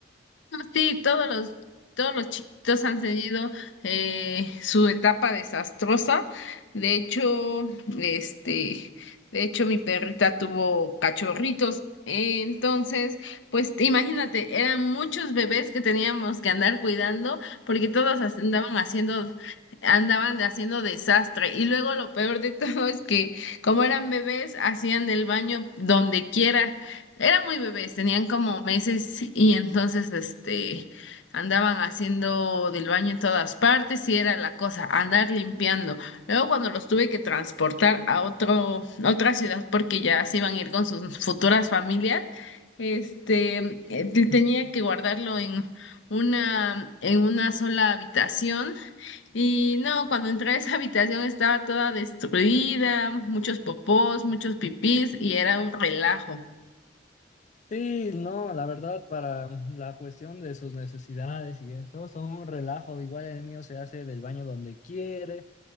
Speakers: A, on the left; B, on the left.
A: No, Sí, todos los, todos los chiquitos han tenido eh, su etapa desastrosa. De hecho, este, de hecho, mi perrita tuvo cachorritos. Entonces, pues imagínate, eran muchos bebés que teníamos que andar cuidando porque todos as- andaban haciendo, andaban de- haciendo desastre. Y luego lo peor de <laughs> todo es que como eran bebés, hacían del baño donde quiera. Eran muy bebés, tenían como meses y entonces este andaban haciendo del baño en todas partes y era la cosa, andar limpiando. Luego cuando los tuve que transportar a otro, otra ciudad porque ya se iban a ir con sus futuras familias, este eh, te- tenía que guardarlo en una, en una sola habitación. Y no, cuando entré a esa habitación estaba toda destruida, muchos popós, muchos pipís y era un relajo.
B: Sí, no, la verdad, para la cuestión de sus necesidades y eso, son un relajo. Igual el mío se hace del baño donde quiere,